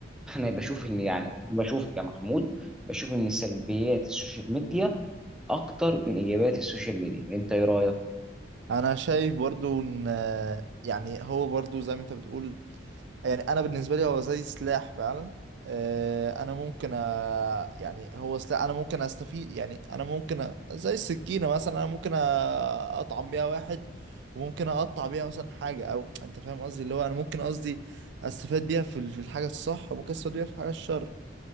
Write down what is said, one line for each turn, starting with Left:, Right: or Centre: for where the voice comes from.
Centre: <laughs> انا بشوف ان يعني بشوف كمحمود بشوف ان سلبيات السوشيال ميديا اكتر من ايجابيات السوشيال ميديا انت ايه رايك
Right: انا شايف برضو ان يعني هو برضو زي ما انت بتقول يعني انا بالنسبه لي هو زي سلاح فعلا آه، انا ممكن أ... يعني هو سلاح انا ممكن استفيد يعني انا ممكن أ... زي السكينه مثلا انا ممكن أ... اطعم بيها واحد وممكن اقطع بيها مثلا حاجه او انت فاهم قصدي اللي هو انا ممكن قصدي استفاد بيها في ال- في الحاجه الصح وممكن استفاد بيها في الحاجه الشر